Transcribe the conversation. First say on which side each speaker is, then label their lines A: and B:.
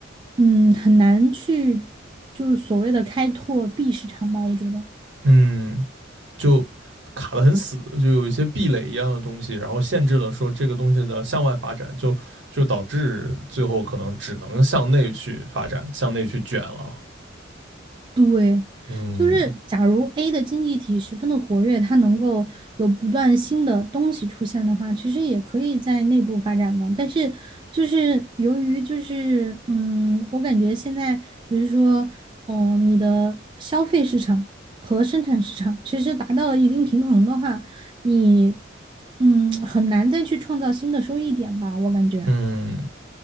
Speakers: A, on the right; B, on the right.
A: 嗯，很难去就是所谓的开拓 B 市场吧，我觉得。
B: 嗯，就卡得很死，就有一些壁垒一样的东西，然后限制了说这个东西的向外发展，就就导致最后可能只能向内去发展，向内去卷了，
A: 对，
B: 嗯
A: 就是假如 A 的经济体十分的活跃，它能够有不断新的东西出现的话，其实也可以在内部发展的。但是就是由于就是嗯，我感觉现在比如说，嗯，你的消费市场和生产市场其实达到了一定平衡的话，你嗯很难再去创造新的收益点吧，我感觉。
B: 嗯，